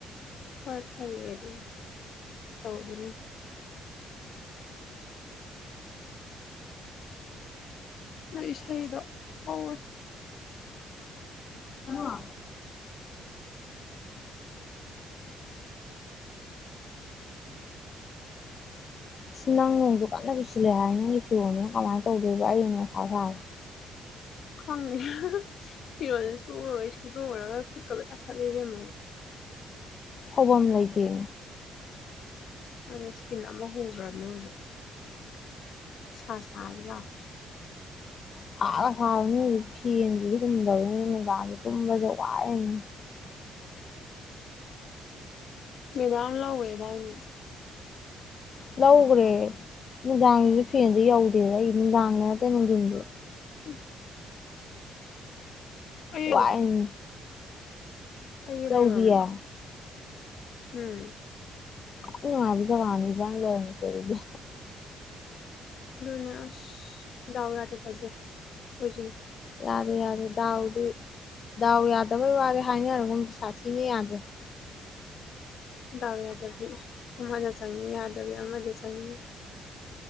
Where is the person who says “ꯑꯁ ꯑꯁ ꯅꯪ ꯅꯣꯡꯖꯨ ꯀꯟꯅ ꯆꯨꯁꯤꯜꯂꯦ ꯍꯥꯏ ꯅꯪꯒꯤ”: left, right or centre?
Left